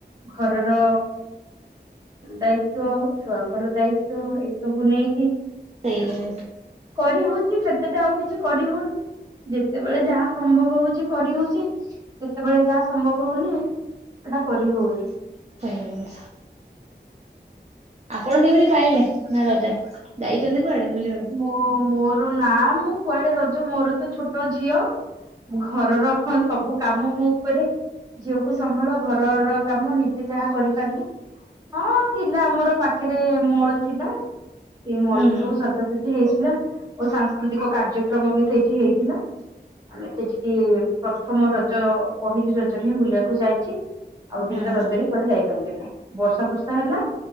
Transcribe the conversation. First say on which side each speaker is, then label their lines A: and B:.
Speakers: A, on the right (about 20°); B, on the right (about 40°).
A: ଘରର ଦାୟିତ୍ଵ ଛୁଆଙ୍କର ଦାୟି ତ୍ବ ଏସବୁ ନେଇକି
B: ସେଇ
A: କରିହଉଚି ସେତେଟା ଆଉ କିଛି କରି ହଉନି। ଯେତେବେଳେ ଯାହା ସମ୍ଭବ ହଉଚି କରି ହଉଚି ଯେତେବେଳେ ଯାହା ସମ୍ଭବ ହଉନି ସେଟା କରି ହଉନି।
B: <unintelligible> ଆପଣ କେମିତି ପାଳିଲେ ନା ରଜା ଯାଇଚନ୍ତି କୁଆଡେ ବୁଲିବାକୁ?
A: ମୋ ମୋର ନାଁ ମୁଁ କୁଆଡେ ରଜ ମୋର ତ ଛୋଟ ଝିଅ ମୁଁ ଘରର ହଁ ସବୁ କାମ ମୁଁ ପରେ ଝିଅକୁ ସମ୍ଭାଳ ଘରର କାମ ନିଜେ ଯାହା କରିପାରିଲି। ହଁ ଥିଲା ଆମର ପାଖରେ ମଲ ଥିଲା ସେ ମଲଠି
B: ହୁଁ ହୁଁ
A: ସବୁ <unintelligible> ସେଠି ହେଇଥିଲା ଓ ସାଂସ୍କୃତିକ କାର୍ଯ୍ୟକ୍ରମ ବି ସେଇଠି ହେଇଥିଲା। ଆମେ ସେଠିକି ପ୍ରଥମ ରଜ ପହିଲି ରଜରେ ହିଁ ବୁଲିଆକୁ ଯାଇଚି। ଆଉ
B: ହଁ
A: ଦିଟା
B: ହଁ
A: ରଜରେ କୁଆଡେ ଯାଇ ପାରିଲିନି ବର୍ଷା ଫର୍ଷା ହେଲା